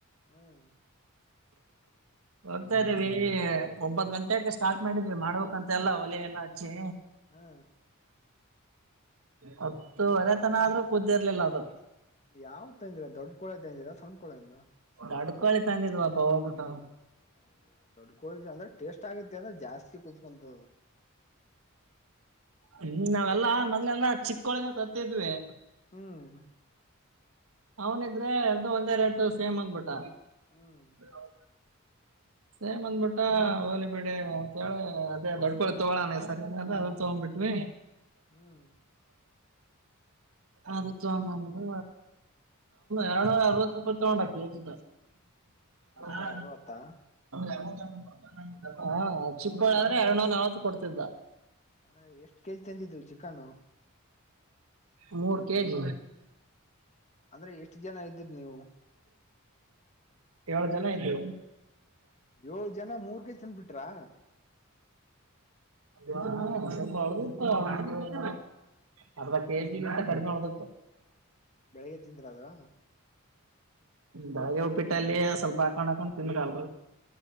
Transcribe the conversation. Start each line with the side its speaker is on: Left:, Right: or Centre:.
Left: ಹ್ಮ್
Right: ಹೋಗ್ತಾದೀವಿ ಒಂಬತ್ ಗಂಟೆಕ ಸ್ಟಾರ್ಟ್ ಮಾಡಿದ್ವಿ ಮಾಡ್ಬೇಕಂತೆ ಎಲ್ಲ ಒಲೆ ಎಲ್ಲ ಹಚ್ಚಿ
Left: ಹಾ
Right: ಹತ್ತುವರೆತನ ಆದ್ರೂ ಕುದ್ದಿರ್ಲಿಲ್ಲ ಅದು
Left: ಯಾವ್ ತಂದಿರ ದೊಡ್ಡ ಕೋಳಿ ತಂದರೆ ಸಣ್ಣ ಕೋಳಿ ತಂದಿರೆ
Right: ದೊಡ್ಡ ಕೋಳಿ ತಂದಿದ್ವಪ್ಪ ಹೋಗ್ಬಿಟ್ಟು
Left: ಅಯ್ಯೋ ದೊಡ್ಡ ಕೋಳ ಅಂದ್ರೆ ಟೇಸ್ಟ್ ಆಗತ್ತೆ ಅಂದ್ರೆ ಜಾಸ್ತಿ ಕುತ್ಕೊಂತು
Right: ಹ್ಮ ನಾವೆಲ್ಲಾ ಮೊದ್ಲೆಲ್ಲ ಚಿಕ್ಕೋಳಿನ ಕತಿದ್ವಿ
Left: ಹ್ಮ್
Right: ಅವನಿದ್ರೆ ಎ ಒಂದೇ ರೆಟ್ ಸೇಮ್ ಅಂದ್ಬಿಟ್ಟ
Left: ಹ್ಮ್
Right: ಹೌ ಸೇ ಬಂದ್ಬಿಟ್ಟ ಹೋಲಿ ಬಿಡಿ ಅಂತೇಳಿ ಅದೇ ದೊಡ್ಕಳಿ ತಗೋಳಣ ಸರಿ ನ ಅ ತೊಗೊಂಡ್ ಬಿಟ್ವ
Left: ಹ್ಮ್
Right: ಅದು ತೊಗೊಂಬಂದು ಎರಡನೂರ ಅರವತ್ತು ರೂಪಾಯಿ ತಗೊಂಡ ಕೆಜಿ
Left: ಎರಡ್ನೂರ
Right: ಹಾ
Left: ಅರವತ್ತಾ
Right: <unintelligible>
Left: ಹ್ಮ್
Right: ಾದ್ರೆ ಎರಡ್ನೂರ್ ನಲ್ವತ್ತುತ್ ಕೊಡ್ತಿದ್ದ
Left: ಅಂದ್ರೆ ಎಷ್ಟ್ ಕೆಜಿ ತಂದಿದ್ವಿ ಚಿಕನ್
Right: ಮೂರು ಕೆಜಿ
Left: ಅಂದ್ರೆ ಎಷ್ಟು ಜನ ಇದ್ದಿದ್ ನೀವು
Right: ಏಳು ಜನ ಇದ್ರು
Left: ಏಳ ಜನ ಮೂರ್ಕ ಚಂದ ಬಿಟ್ರಾ
Right: ಳ ಅರ್ಧ ಕೆಜಿಗಂತ ಕಡಿಮೆ ಒದತ್ತು
Left: ಬೆಳಿಗ್ಗೆ ತಿಂದ್ರ ಅದು
Right: ಬೆಳಗ್ಗೆ ಉಪ್ಪಿಟ್ಟಲ್ಲಿ ಸ್ವಲ್ಪ ಹಾಕೊಂಡ್ ಹಾಕೊಂಡ್ ತಿಂದ್ರ ಅಲ್